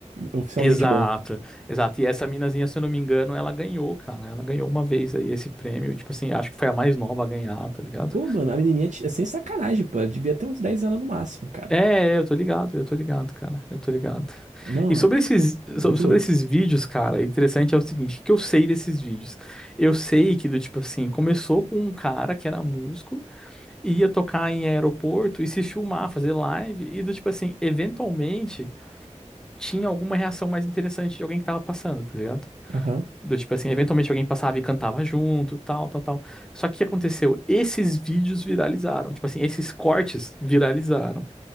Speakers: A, on the right; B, in the centre.
A: Oficialmente
B: Exato,
A: bom.
B: exato. E essa minazinha, se eu não me engano, ela ganhou, cara. Ela ganhou uma vez aí esse prêmio, tipo assim, acho que foi a mais nova a ganhar, tá ligado?
A: Pô, mano, a menininha t- é sem sacanagem, pô. Ela devia ter uns 10 anos no máximo, cara.
B: É, é, eu tô ligado, eu tô ligado, cara, eu tô ligado.
A: Não,
B: E sobre esses,
A: é
B: sobre,
A: muito
B: sobre
A: louco.
B: esses vídeos, cara, interessante é o seguinte, o que eu sei desses vídeos? Eu sei que, do tipo assim, começou com um cara que era músico, e ia tocar em aeroporto e se filmar, fazer live, e do tipo assim, eventualmente tinha alguma reação mais interessante de alguém que tava passando, tá ligado?
A: Aham.
B: Do tipo assim, eventualmente alguém passava e cantava junto, tal, tal, tal. Só que o que aconteceu? Esses vídeos viralizaram, tipo assim, esses cortes viralizaram.